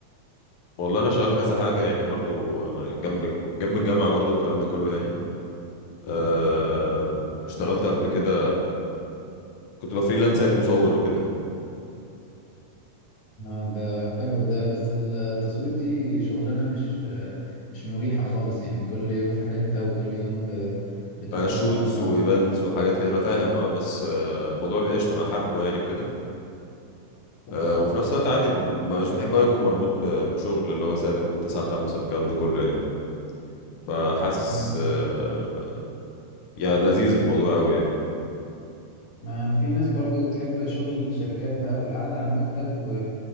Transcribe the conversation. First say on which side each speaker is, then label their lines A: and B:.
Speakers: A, on the left; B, on the left.
A: والله انا شغال كذا حاجه يعني برضو انا جنب جنب الجامعه برضو الكلام ده كله يعني آه اشتغلت قبل كده كنت بفريلانس يعني مصور وكده
B: اه ده حلو ده بس التصوير دي شغلانة مش مش مريحة خالص يعني كل يوم في حتة وكل يوم ب... بتروح
A: آه شوتس
B: مثلا ف...
A: وايفنتس وحاجات كده انا فاهم اه بس آه الموضوع بيبقى قشطه انا حابه يعني وكده آه وفي نفس الوقت عادي م- مش بحب أوي اكون مربوط ب- بشغل اللي هو ثابت من 9 ل 5 والكلام ده كله يعني فحاسس
B: مم.
A: آه يعني لذيذ الموضوع قوي يعني
B: ما في ناس برضو تحب شغل الشركات بقى والقعدة على المكتب و...